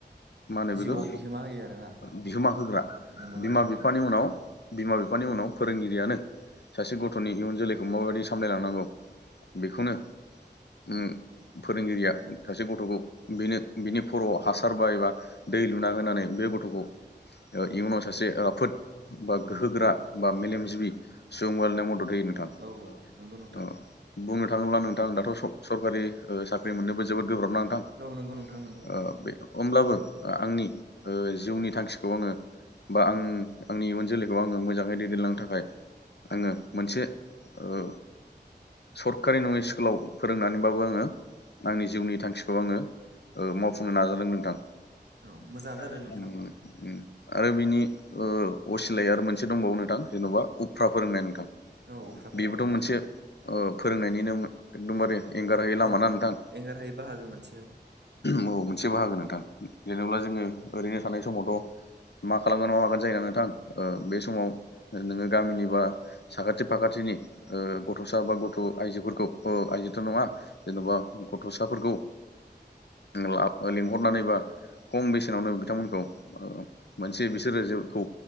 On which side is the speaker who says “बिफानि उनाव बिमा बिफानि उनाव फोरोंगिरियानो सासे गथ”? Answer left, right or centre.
Left